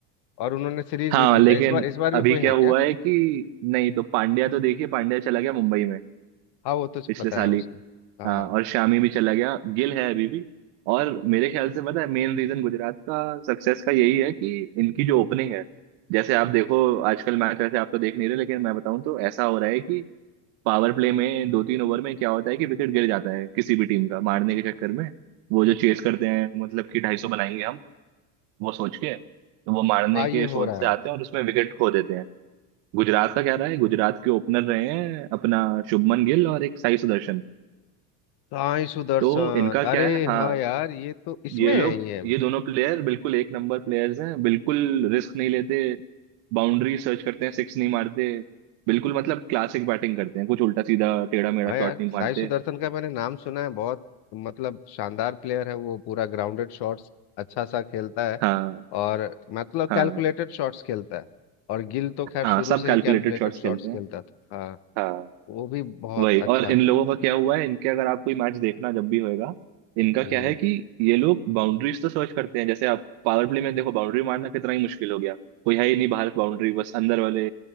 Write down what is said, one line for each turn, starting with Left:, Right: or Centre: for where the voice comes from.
Left: और उन्होंने सीरीज
Right: हाँ
Left: भी जीता
Right: लेकिन
Left: इस बार इस बार
Right: अभी
Left: भी कोई
Right: क्या
Left: है क्या
Right: हुआ है कि नहीं तो पांड्या तो देखिए पांड्या चला गया मुंबई में
Left: हाँ वो तो
Right: पिछले
Left: पता
Right: साल
Left: है उसको
Right: ही
Left: हाँ
Right: हाँ और शामी भी चला गया गिल है अभी भी और मेरे ख्याल से पता है मेन रीजन गुजरात का सक्सेस का यही है कि इनकी जो ओपनिंग है जैसे आप देखो आजकल मैच वैसे आप तो देख नहीं रहे लेकिन मैं बताऊं तो ऐसा हो रहा है कि पावर प्ले में दो तीन ओवर में क्या होता है कि विकेट गिर जाता है किसी भी टीम का मारने के चक्कर में वो जो चेस करते हैं मतलब कि ढाई सौ बनाएंगे हम वो सोच के तो वो मारने
Left: हाँ
Right: के
Left: ये
Right: सोच
Left: हो रहा
Right: से आते
Left: है
Right: हैं और उसमें विकेट खो देते हैं गुजरात का क्या रहा है गुजरात के ओपनर रहे हैं अपना शुभमन गिल और एक साई सुदर्शन
Left: साई सुदर्शन
Right: तो इनका क्या
Left: अरे
Right: है हाँ
Left: हाँ यार ये तो इसमें
Right: ये लोग
Left: है ये
Right: ये दोनों प्लेयर बिल्कुल एक नंबर प्लेयर्स हैं बिल्कुल रिस्क नहीं लेते बाउंड्री सर्च करते हैं सिक्स नहीं मारते बिल्कुल मतलब क्लासिक बैटिंग करते हैं कुछ उल्टा सीधा टेढ़ा मेढ़ा
Left: हाँ यार
Right: शॉट नहीं
Left: साई
Right: मारते
Left: सुदर्शन का मैंने नाम सुना है बहुत मतलब शानदार प्लेयर है वो पूरा ग्राउंडेड शॉट्स अच्छा सा खेलता है
Right: हाँ
Left: और मतलब
Right: हाँ
Left: कैलकुलेटेड शॉट्स खेलता है और गिल तो खैर
Right: हाँ
Left: शुरू
Right: सब
Left: से
Right: कैलकुलेटेड
Left: ही कैलकुलेटेड
Right: शॉट्स
Left: शॉट्स
Right: खेलते हैं
Left: खेलता था हाँ
Right: हाँ
Left: वो भी बहुत
Right: वही
Left: अच्छा
Right: और इन लोगों का क्या हुआ है इनके अगर आप कोई मैच देखना जब भी होएगा इनका क्या
Left: हम्म
Right: है कि ये लोग बाउंड्रीज तो सर्च करते हैं जैसे आप पावर प्ले में देखो बाउंड्री मारना कितना ही मुश्किल हो गया कोई है ही नहीं बाहर बाउंड्री बस अंदर वाले